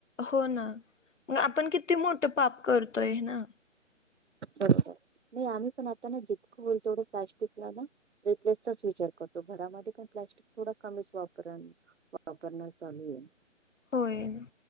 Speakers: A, on the left; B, on the right.
A: हो ना मग आपण किती मोठं पाप करतोय ना
B: ब नाही आम्ही पण आता ना जितकं होईल तेवढं प्लस्टिकला ना रिप्लेसचाच विचार करतो घरामध्ये पण प्लास्टिक थोडा कमीच वापरन वापरण्या चालू आहे
A: होय ना